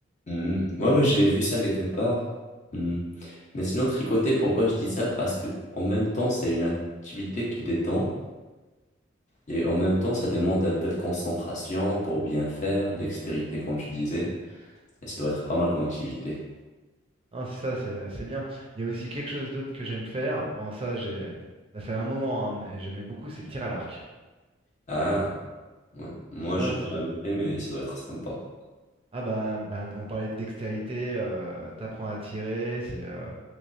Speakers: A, on the left; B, on the right.
A: Hmm. Ouais, ouais, j'ai vu ça quelque part. Hmm. Mais sinon, tricoter, pourquoi je dis ça? Parce que en même temps, c'est une activité qui détend et en même temps, ça demande un peu de concentration pour bien faire, dextérité, comme tu disais. Et ça doit être pas mal comme activité.
B: Non, c'est ça, c'est euh, c'est bien. Il y a aussi quelque chose d'autre que j'aime faire. Bon, ça, j'ai, ça fait un moment, hein, et j'aimais beaucoup, c'est le tir à l'arc.
A: Ah, ouais. Moi,
B: Et ça,
A: j'ai
B: c'est.
A: jamais fait, mais ça doit être sympa.
B: Ah, bah, bah, on parlait de dextérité, euh, t'apprends à tirer, c'est. euh,